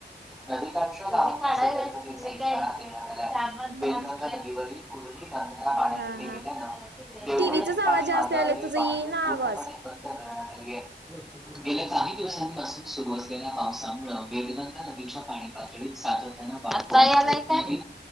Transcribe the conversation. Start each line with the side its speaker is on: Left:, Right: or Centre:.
Centre: नदीकाठचा काय काय मी काढायला काय झालं
Right: हम्म
Centre: िवसायलेंट शेतीवाडी कॉलेज काय पाण्या
Right: हा
Centre: गेल्या
Right: हा
Centre: तेव
Right: टीव्हीचाच
Centre: ह
Right: आवाज
Centre: पाणी
Right: जास्त
Centre: मार्गावरील
Right: यायलाय तुझा
Centre: वाहतूक
Right: येईना
Centre: पूर्णपणे
Right: आवाज.
Centre: बंद गेले नाही दिवसांपासून सुरू असलेल्या पावसामुळे वेरगंगा नदीच्या पाणी पातळीत सातत्यानं वाढ पाणी आलं
Right: हॅलो
Centre: काय